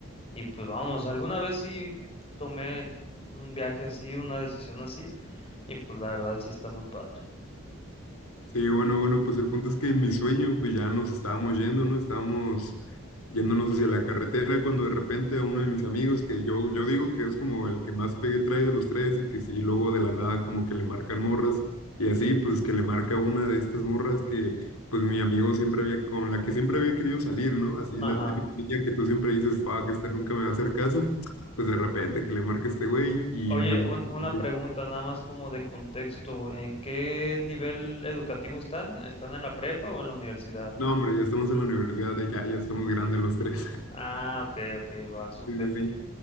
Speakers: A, on the left; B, on the left.
A: y pues vámonos. Alguna vez sí tomé un viaje así, una decisión así y pues la verdad sí está muy padre.
B: Sí, bueno, bueno, pues el punto es que en mi sueño, pues ya nos estábamos yendo, ¿no? Estábamos yéndonos hacia la carretera cuando de repente a uno de mis amigos, que yo, yo digo que es como el que más pegue trae de los tres y que sí, luego de la nada como que le marcan morras y así, pues que le marca una de estas morras que pues mi amigo siempre había, con la que siempre había querido salir, ¿no? Así
A: Ajá.
B: la típica niña que tú siempre dices, fuck, esta nunca me va a hacer caso, pues de repente que le marca este güey y
A: Oye,
B: mi amigo...
A: un- una
B: como que,
A: pregunta nada más como de contexto. ¿En qué nivel educativo están? ¿Están en la prepa o en la universidad?
B: No, hombre, ya estamos en la universidad, de ya, ya estamos grandes los tres.
A: Ah, ok, ok, va, súper.
B: Sí, sí, sí.